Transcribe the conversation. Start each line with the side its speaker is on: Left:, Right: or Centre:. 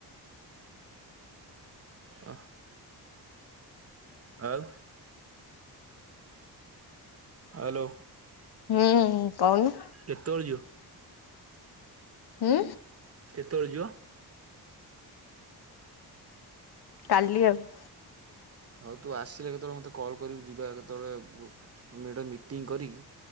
Right: ଅ ଆଉ। ହାଲୋ।
Left: ହୁଁ କହୁନୁ।
Right: କେତୋଳେ ଯିବ?
Left: ହୁଁ।
Right: କେତୋଳେ ଯିବ?
Left: କାଲି ଆଉ।
Right: ହଉ ତୁ ଆସିଲେ କେତେବେଳେ ମତେ କଲ୍ କରିବୁ ଯିବା କେତେବେଳେଟ ମିଟିଂ କରିକି